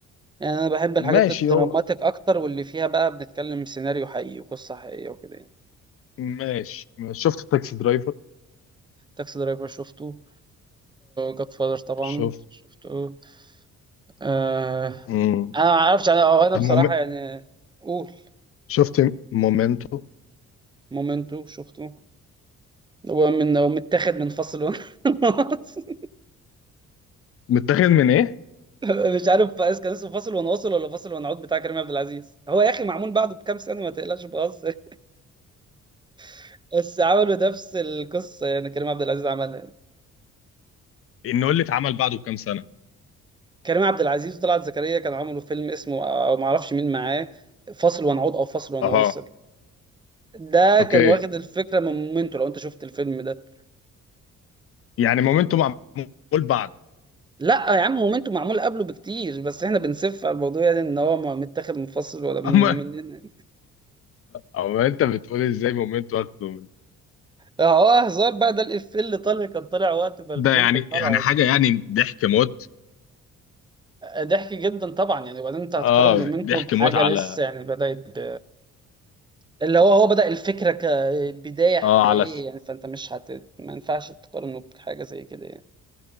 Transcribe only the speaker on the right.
يعني انا بحب الحاجات
الدراماتيك
اكتر واللي فيها بقى بنتكلم سيناريو حقيقي وقصه حقيقيه وكده يعني
تاكسي درايفر شفته جاد فاذر طبعا
شفته آه
انا ما اعرفش انا أو انا بصراحه
يعني قول
مومنتو شفته هو من هو متاخد من فاصل ونواصل
<laughs> مش عارف بس كان اسمه فاصل ونواصل ولا فاصل ونعود بتاع كريم عبد العزيز هو يا اخي معمول بعده بكام سنه ما تقلقش بهزر <laughs> بس عملوا نفس القصه يعني كريم عبد العزيز عملها يعني.
كريم عبد العزيز وطلعت زكريا كانوا عملوا فيلم اسمه او ما اعرفش مين معاه فاصل ونعود او فاصل ونواصل
ده
كان واخد الفكره من مومنتو لو انت شفت الفيلم ده
لا يا عم مومنتو معمول قبله بكتير بس احنا بنسف على الموضوع يعني ان هو ما متاخد منفصل ولا من
مننا
اه هزار بقى ده الافيه اللي طالع كان طالع وقت ما الفيلم
طلع
ضحك جدا طبعا يعني وبعدين انت هتقارن
مومنتو
بحاجه
لسه يعني بدات اللي هو هو بدأ الفكره كبدايه حقيقيه
يعني فانت مش هت ما ينفعش تقارنه بحاجه زي كده يعني